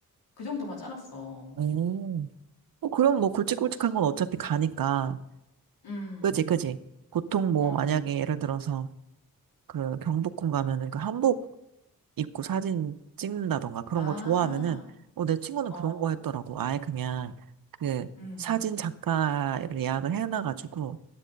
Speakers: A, on the left; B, on the right.
A: 그 정도만 짜놨어.
B: 음, 어, 그럼 뭐 굵직굵직한
A: 혹시
B: 건 어차피 가니까.
A: 음,
B: 그지, 음, 그지. 보통 뭐
A: 어,
B: 만약에 예를 들어서 그 경복궁 가면은 그 한복 입고 사진 찍는다던가 그런
A: 아,
B: 거 좋아하면은 어, 내 친구는
A: 어,
B: 그런 거 했더라고. 아예 그냥 그
A: 음,
B: 사진 작가를 예약을 해놔가지고